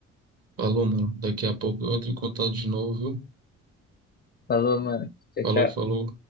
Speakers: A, on the right (about 50°); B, on the left (about 35°).
A: Falou, mano. Daqui a pouco eu entro em contato de novo, viu?
B: Falou, mano. Tchau,
A: Falou,
B: tchau.
A: falou.